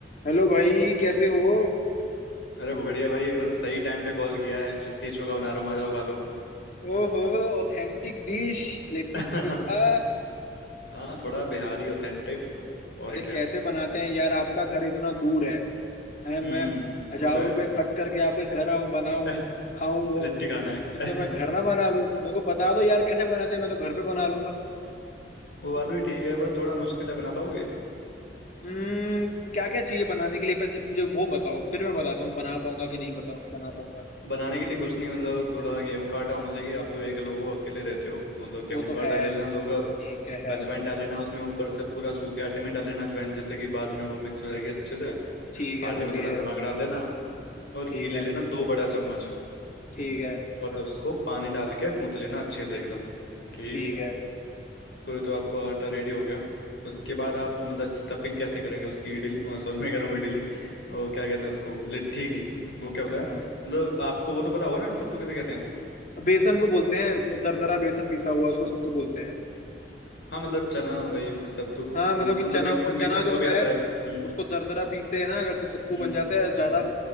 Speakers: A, on the left (about 45°); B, on the left (about 75°).
A: Hello भाई कैसे हो
B: अरे बढ़िया भाई एकदम सही टाइम पे कॉल किया है लिट्टी चोखा बना रहा हूँ आ जाओ खा लो
A: ओहो Authentic dish लिट्टी
B: <laughs>
A: चोखा
B: हाँ थोड़ा बिहारी ऑथेंटिक और
A: अरे
B: क्या
A: कैसे बनाते हैं यार आपका घर इतना दूर है, हैं मैं
B: हम्म
A: हजार
B: वो तो है
A: रुपए खर्च करके आपके घर आऊं बनाऊं
B: <laughs>
A: खाऊं वो
B: लिट्टी खाना
A: इससे
B: है
A: मैं घर ना बना लूं मेरे को बता दो यार कैसे बनाते हैं मैं तो घर पे बना लूंगा
B: <laughs> वो बात भी ठीक है बस थोड़ा मुश्किल है बना पाओगे
A: हम्म क्या क्या चाहिए बनाने के लिए पहले मुझे वो बताओ फिर मैं बताता हूँ बना पाऊंगा कि नहीं बता बना पाऊंगा
B: बनाने के लिए कुछ नहीं मतलब थोड़ा गेहूं का आटा होना चाहिए आप तो एक लोग हो अकेले रहते हो तो मतलब गेहूं
A: वो
B: का
A: तो है
B: आटा ले लेना दो कप
A: ठीक है है
B: अजवाइन डाल लेना उसमें ऊपर से पूरा सूखे आटे में डाल लेना अजवाइन जैसे कि बाद में वो मिक्स हो जाएगी अच्छे से
A: ठीक है
B: आटे
A: वो
B: में
A: भी
B: थोड़ा
A: है
B: नमक डाल लेना और
A: ठीक
B: घी ले
A: है
B: लेना दो बड़ा चम्मच
A: ठीक है
B: और उसको पानी डाल के गूंथ लेना अच्छे से एकदम ठीक
A: ठीक
B: है
A: है
B: तो ये तो आपको आटा रेडी हो गया उसके बाद आप मतलब स्टफिंग कैसे करेंगे उसकी इडली सॉरी <laughs> मैं कह रहा हूँ इडली वो क्या कहते हैं उसको लिट्टी की वो क्या होता
A: हाँ
B: है मतलब आपको वो तो पता होगा ना सत्तू किसे कहते हैं
A: बेसन को बोलते हैं दरदरा बेसन पीसा हुआ उसको सत्तू बोलते हैं
B: हाँ मतलब चना वही सत्तू
A: हाँ मतलब
B: वो मतलब
A: कि चना
B: मिक्स
A: हुआ
B: मिक्स
A: चना
B: सत्तू
A: जो होता
B: भी आता
A: है
B: है हम्म
A: उसको दरदरा पीसते हैं ना अगर तो सत्तू
B: हम्म
A: बन जाता है ज्यादा
B: हम्म